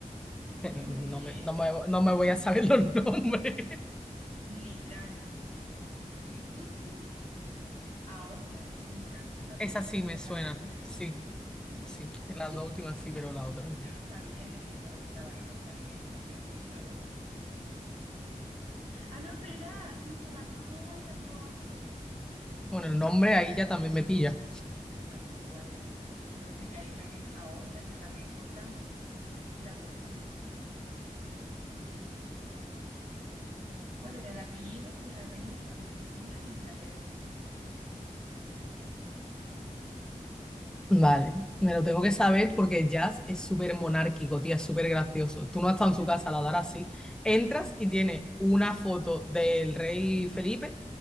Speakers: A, on the right; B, in the centre.
A: Eh,
B: Pero No
A: muy bien.
B: me, no me, no me voy a saber los <laughs> nombres.
A: Mitral, tricúspide, aorta y pulmonar. Las
B: Esa
A: dos últimas
B: sí me
A: son
B: suena.
A: las que suenan.
B: Sí,
A: <laughs> Pero
B: sí. Las dos últimas sí, pero la otra
A: Yo
B: no.
A: no sabía ni que dos entraban y dos salían. Yo te hubiese dicho dos. Ah, no, es verdad. Sí, son las dos rojas y las dos azules.
B: Bueno, el nombre ahí ya también me pilla.
A: El nombre yo igual, el nombre lo sé. Solo sé que hay una que es aorta, que es la más importante, y la pulmonar. Pero ya está. ¿Cuál era el apellido de la reina Isabel segunda de Inglaterra? Madre mía.
B: Vale, me lo tengo que saber porque Jazz es súper monárquico, tía, es súper gracioso. Tú no has estado
A: <laughs>
B: en su casa, la darás así. Entras y tiene una foto del rey Felipe